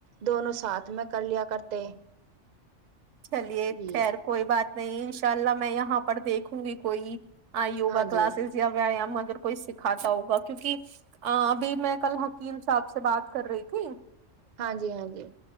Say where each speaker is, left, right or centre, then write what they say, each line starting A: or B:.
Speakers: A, on the right (about 50°); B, on the right (about 75°).
A: دونوں ساتھ میں کر لیا کرتے
B: چلیے
A: جی
B: خیر کوئی بات نہیں انشاء اللہ میں یہاں پر دیکھوں گی کوئی آ یوا
A: ہاں جی
B: کلاسسیا ویاام اگر کوئی سکھاتا ہوگا کیک ابھی میں کل حکیم صاحب سے بات کر رہی تھی
A: ہاں جی ہاں جی